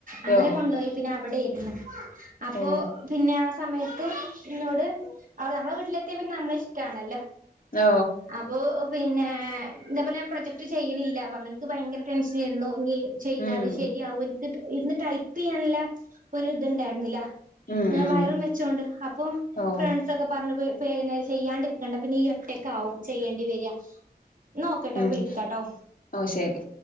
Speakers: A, on the right; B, on the left.
A: അങ്ങനെ
B: യോ
A: കൊണ്ടോയി പിന്നെ അവടേർന്ന് അപ്പൊ
B: ഓ
A: പിന്നെ ആഹ് സമയത്തും ഇന്നോട് അവടെ നമ്മളെ വീട്ട്ലെത്തിയാ പിന്നെ നമ്മള ഷ്ടാണല്ലോ
B: ഓ
A: അപ്പൊ പിന്നെ തെപോലെം പ്രൊജക്ട് ചെയ്യ്ണില്ല പറഞ്ഞു ൻക്ക് ഭയങ്കര ടെൻഷനേര്ന്നു ഞ്ഞി ചെയ്താല്
B: ഉം
A: ശരിയാവോ ൻക്ക്ത് ഇര്ന്ന് ടൈപ്പിയ്യാൻള്ളെ ഒര് ത്ണ്ടായിര്ന്നില
B: ഉം
A: ങ്ങനെ
B: ഉം
A: വയറും വെച്ചോണ്ട് അപ്പോം
B: ഓ
A: ഫ്രൺ സൊക്കെ പർനു വ് പേ ന്ന ചെയ്യാണ്ടി ര്ക്കണ്ട പിന്നീ യൊറ്റക്കാവും ചെയ്യേണ്ടിവര്യ ന്നാ ഓകെട്ടൊ
B: ഉം
A: വിളിക്കാട്ടോ
B: ഓ ശെരി